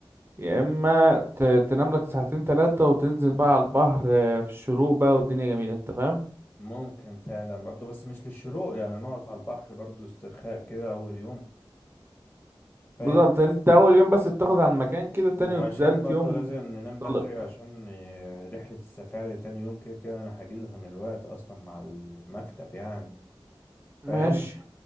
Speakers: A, on the right; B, on the left.
A: يا اما ت- تنام لك ساعتين ثلاثه وتنزل بقى على البحر آه، في الشروق بقى والدنيا جميله انت فاهم
B: ممكن فعلا برضه بس مش للشروق يعني نقعد على البحر برضه استرخاء كده أول يوم فاهم
A: بالظبط يعني انت اول يوم بس تاخد على المكان كده تاني
B: وعشان
A: وتالت
B: برضه
A: يوم
B: لازم ننام بدري
A: طلق
B: عشان آه، رحلة السفاري تاني يوم كده كده أنا حاجزها من الوقت أصلا مع المكتب يعني
A: ماشي
B: فاهم